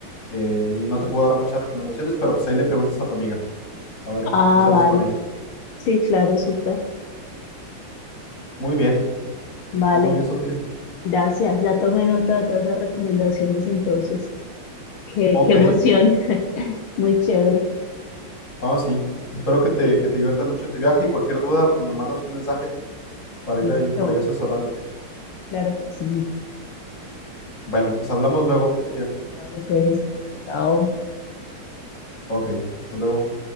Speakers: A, on the left; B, on the left.
A: eh, no te puedo dar muchas recomendaciones, pero pues ahí le preguntas a tu amiga. A ver,
B: Ah,
A: tú sales
B: vale,
A: con ella.
B: sí, claro, súper.
A: Muy bien,
B: Vale,
A: muy bien, Sofía.
B: gracias. Ya tomé nota de todas las recomendaciones entonces. Qué,
A: Ok,
B: qué emoción. <laughs> Muy chévere.
A: vamos sí. Espero que te, que te diviertas mucho en tu viaje y cualquier duda, pues me mandas un mensaje para
B: Listo,
A: ir ahí por ahí asesorándote.
B: claro que sí.
A: Bueno, pues hablamos
B: Gracias.
A: luego, Sofía.
B: Vale, pues, chao.
A: Ok, hasta luego.